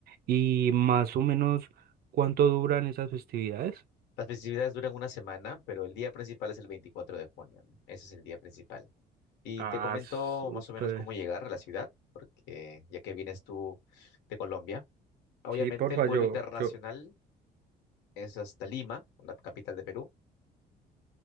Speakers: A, on the right; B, on the left.
A: Y más o menos, ¿cuánto duran esas festividades?
B: Las festividades duran una semana, pero el día principal es el veinticuatro de junio. ¿no? Ese es el día principal. Y
A: Ah,
B: te comento
A: súper.
B: más o menos cómo llegar a la ciudad, porque ya que vienes tú de Colombia, obviamente
A: Sí, porfa,
B: el vuelo
A: yo,
B: internacional
A: yo.
B: es hasta Lima, la capital de Perú.